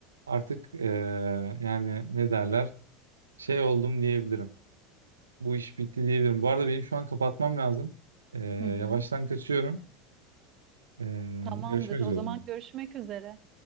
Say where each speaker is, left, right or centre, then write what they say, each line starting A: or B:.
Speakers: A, on the right (about 80°); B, on the right (about 40°).
A: artık eee, yani ne derler şey oldum diyebilirim. Bu iş bitti diyebilirim. Bu arada benim şu an kapatmam lazım. Eee,
B: Hı hı.
A: yavaştan kaçıyorum. Eee,
B: Tamamdır.
A: görüşmek üzere
B: O zaman
A: o zaman.
B: görüşmek üzere.